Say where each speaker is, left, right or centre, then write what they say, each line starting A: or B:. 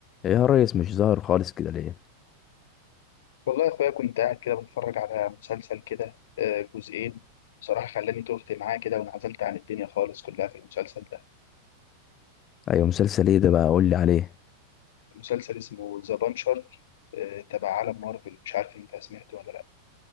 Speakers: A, on the left; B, on the left.
A: إيه يا ريس مش ظاهر خالص كده ليه
B: والله يا اخويا كنت قاعد كده بتفرج على مسلسل كده آه، جزئين بصراحة خلاني تهت معاه كده وانعزلت عن الدنيا خالص كلها في المسلسل ده
A: ايوه مسلسل ايه ده بقى قول لي عليه
B: مسلسل اسمه ذا بانشر تبع عالم مارفل مش عارف انت سمعته ولا لا